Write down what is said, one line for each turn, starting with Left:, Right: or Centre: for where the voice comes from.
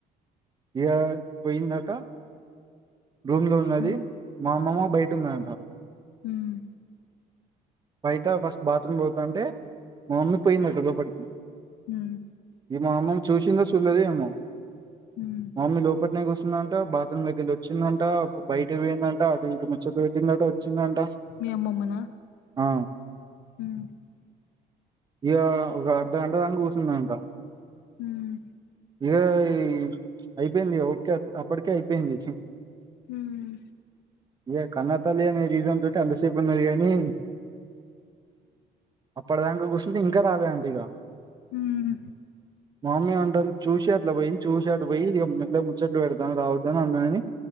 Right: ఇగా పోయిందాట రూమ్లో ఉన్నది
Left: మ్
Right: మా అమ్మమ్మ బయట ఉన్నదాట
Left: ఉమ్
Right: బయట ఫస్ట్ బాత్రూమ్ పోతాంటే మా మమ్మీ పోయిందట లోపటికి
Left: మ్
Right: ఇగ మా మమ్మీని చూసిందో చూడలేదు ఏమో
Left: మ్
Right: మా మమ్మీ లోపట్నే కూసుం దంట బాత్రూంల కెళ్ళి నుంచి వచ్చిందంట ఒక బయటకి పోయిందంట అటు ఇటు ముచ్చట్లు పెట్టిందంట వచ్చిందంట
Left: మీ అమ్మమ్మనా
Right: ఆ
Left: మ్
Right: ఇగా ఒక అర్ధగంట దాంక కూసున్నదంట
Left: ఉమ్
Right: ఇగా ఈ అయిపోయింది ఒకే అప్పటికే అయిపోయింది
Left: ఉమ్
Right: ఇగ కన్నతల్లి అనే రీసన్ తోటి అంతసేపు ఉన్నది కనీ అప్పటిదాంక కూర్చుంటే ఇంకా రాలేదు అంటీ ఇక.
Left: ఉమ్
Right: మా మమ్మీ అంటంది, చూసి అట్లాపోయి చూసి అటుపోయి ఇక మెల్లగా ముచ్చట్లు పెడతాను రావద్దని అన్నానని